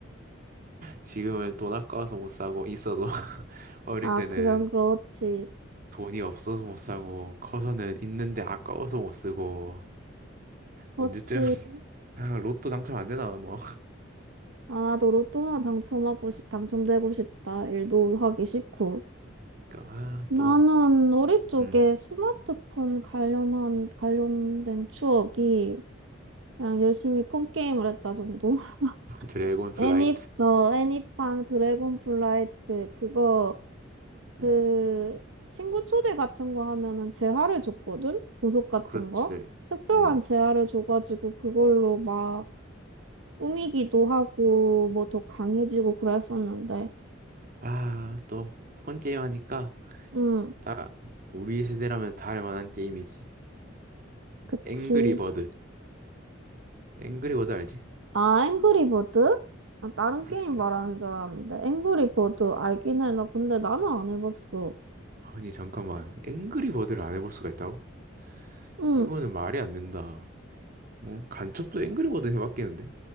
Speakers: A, on the right (about 45°); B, on the right (about 80°).
A: 지금은 돈 아까워서 못 사고 있어도 <laughs> 어릴
B: 아,
A: 때는
B: 그건 그렇지.
A: 돈이 없어서 못 사고 커서는 있는데 아까워서 못 쓰고
B: 그렇지.
A: 언제쯤 <laughs> 아, 로또 당첨 안 되나 뭐.
B: 아, 나도 로또나 당첨하고 싶, 당첨되고 싶다. 일도 하기 싫고.
A: 그러니까 아,
B: 나는
A: 또
B: 우리 쪽에
A: 음,
B: 스마트폰 관련한, 관련된 추억이 그냥 열심히 폰 게임을 했다 정도? <laughs>
A: 드래곤 플라이트.
B: 애니, 어, 애니팡 드래곤 플라이트, 그거, 그,
A: 음,
B: 친구 초대 같은 거 하면은 재화를 줬거든? 보석 같은
A: 그렇지.
B: 거? 특별한
A: 음.
B: 재화를 줘가지고 그걸로 막 꾸미기도 하고 뭐 더 강해지고 그랬었는데.
A: 아, 또 폰 게임 하니까
B: 음
A: 다 우리 세대라면 다 할 만한 게임이지.
B: 그치.
A: 앵그리 버드. 앵그리 버드 알지?
B: 아, 앵그리버드? 아, 다른
A: 그렇지.
B: 게임 말하는 줄 알았는데. 앵그리버드 알긴 해. 나 근데 나는 안 해봤어.
A: 아니 잠깐만. 앵그리 버드를 안 해볼 수가 있다고?
B: 응.
A: 이거는 말이 안 된다. 응? 간첩도 앵그리 버드 해봤겠는데?